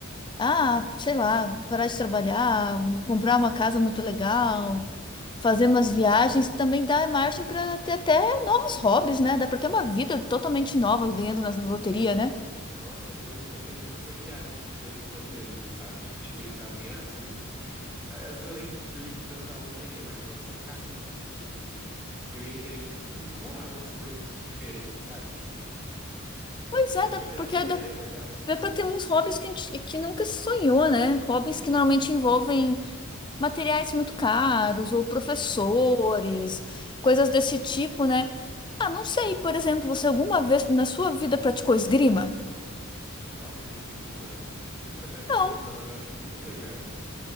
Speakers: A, on the left; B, in the centre.
A: ah, sei lá, parar de trabalhar, comprar uma casa muito legal, fazer
B: Ah,
A: umas viagens, também dá margem para ter até novos hobbies, né? Dá para ter uma vida totalmente nova ganhando na na loteria, né?
B: Nossa, eu, eu tenho muito essa viagem, assim, de vez em quando mesmo, sabe? Tipo, de pensar assim, ah, se eu. Às vezes eu nem ligo tanto à loteria, mas, nossa, se eu ficasse muito rico, assim, eu ia querer, tipo, explorar umas coisas diferentes, sabe?
A: Pois
B: <laughs>
A: é,
B: Você
A: dá,
B: tem
A: porque
B: alguma ideia
A: dá,
B: legal, assim?
A: dá para ter uns hobbies que a gente que nunca se sonhou, né? Hobbies que normalmente envolvem materiais muito caros ou professores,
B: É.
A: coisas desse tipo, né? Ah, não sei, por exemplo, você alguma vez na sua vida praticou esgrima?
B: Nossa, esgrima. Nunca pratiquei
A: Não,
B: esgrima, mas eu acho muito legal.